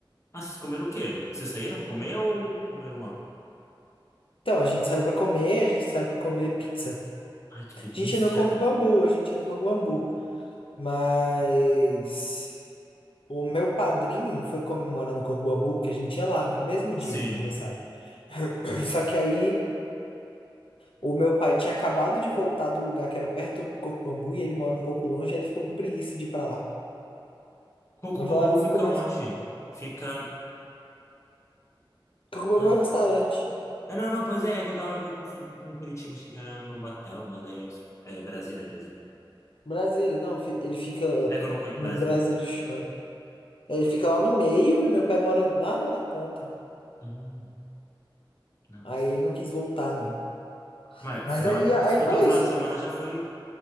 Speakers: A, on the left; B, on the left.
A: Ah, vocês comeram o quê? Vocês saíram comer ou comeram lá?
B: Então, a gente saiu pra comer, a gente saiu pra comer pizza.
A: Ai, que
B: A
A: delícia!
B: gente é no Coco Bambu, a gente é no Coco Bambu. Mas o meu padrinho foi comemorar no Coco Bambu, porque a gente ia lá, né? No mesmo dia
A: Sim.
B: do aniversário. <clears throat> Só que aí o meu pai tinha acabado de voltar do lugar que era perto do Coco Bambu e ele mora um pouco longe, aí ele ficou com preguiça de ir pra lá.
A: Coco
B: Ele
A: Bambu
B: falou, ah, vamos
A: fica
B: começar.
A: onde? Fica.
B: Coco Bambu
A: Ah,
B: é um restaurante.
A: Ah, não, não, pois é, é que eu tava me confundindo com Curitiba, achei que era no Batel, mas daí. É é Brasília, Brasília.
B: Brasília, não, fi- ele fica
A: É que eu não conheço.
B: no
A: Brasília
B: Brasília
A: eu não conheço.
B: Shopping. Ele fica lá no meio e meu pai mora lá na na ponta.
A: Hum, não,
B: Aí
A: mas.
B: ele não quis voltar, não.
A: Mas
B: Mas
A: final...
B: aí, aí
A: o
B: foi
A: teu final
B: isso.
A: de semana já foi